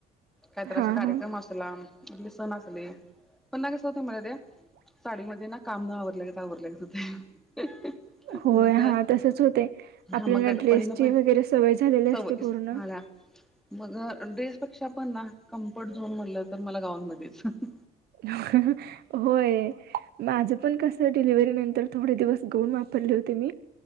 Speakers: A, in the centre; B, on the right.
A: काही तरअस
B: हा
A: कार्यक्रम
B: हा
A: असला आपले सण असले पण ना कसं होतं मला ते साडीमध्ये ना काम न आवरलं गत आवरलं गत होतंय हहह
B: होय
A: मग
B: हा तसच होते आपल्याला
A: हा मग गडपडी
B: ड्रेसची
A: ना पा
B: वगैरे सवय झालेली
A: सवय
B: असते पूर्ण
A: आल्या मग ड्रेस पेक्षा पण ना कम्फर्ट झोन म्हणलं तर मला गाऊनमध्येच हह
B: होय हम होय माझं पण कसं डिलिव्ही नंतर थोडे दिवस गोऊन वापरले हो तुम्ही